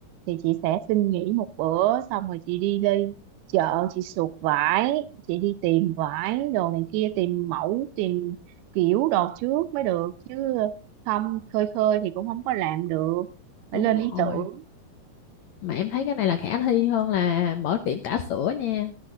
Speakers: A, on the right; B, on the left.
A: thì chị sẽ xin nghỉ một bữa xong rồi chị đi đi chợ chị sụt vải chị đi tìm vải đồ này kia tìm mẫu tìm kiểu đồ trước mới được chứ không khơi khơi thì cũng không có làm được phải
B: đúng
A: lên ý
B: rồi
A: tưởng
B: mà em thấy cái này là khả thi hơn là mở tiệm trà sữa nha